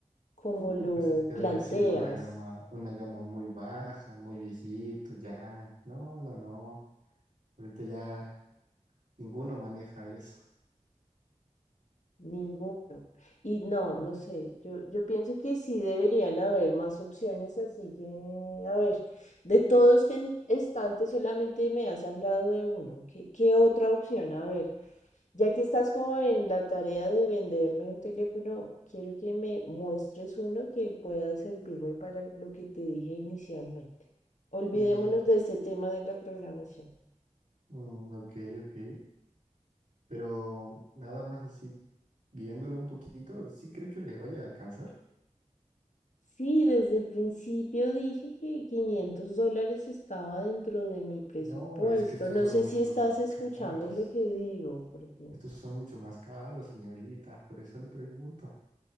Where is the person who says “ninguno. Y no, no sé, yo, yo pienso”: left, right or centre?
Left